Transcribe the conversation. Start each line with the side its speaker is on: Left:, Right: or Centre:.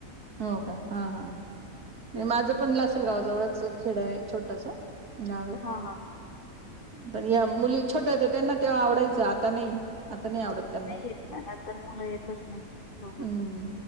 Right: हो का हा हा नाही माझं पण लासलगावजवळच खेड आहे छोटस नावे
Left: हा हा
Right: पण या मुली छोट्या होत्या त्यांना तेव्हा आवडायचं आता नाही आता आवडत
Left: नाही
Right: त्यांना
Left: येत ना नंतर मुलं येतच नाही सोबत
Right: हम्म